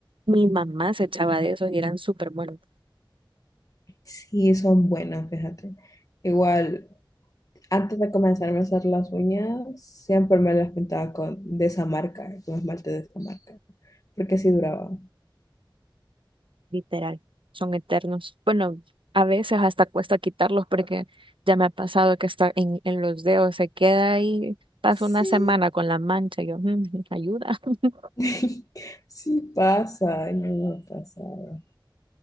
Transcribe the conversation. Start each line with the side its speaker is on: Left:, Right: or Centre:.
Right: mi mamá se echaba de esos y eran súper buenos.
Left: sí, son buenas, fíjate. Igual, antes de comenzarme a hacer las uñas, siempre me las pintaba con, de esa marca, con esmalte de esa marca, porque sí duraba.
Right: literal, son eternos. Bueno, a veces hasta cuesta quitarlos porque ya me ha pasado que está en, en los dedos, se queda ahí, paso
Left: Sí,
Right: una semana con la mancha, yo, "Mm, ayuda. <laughs>
Left: <laughs> sí pasa, ay, no me ha pasado.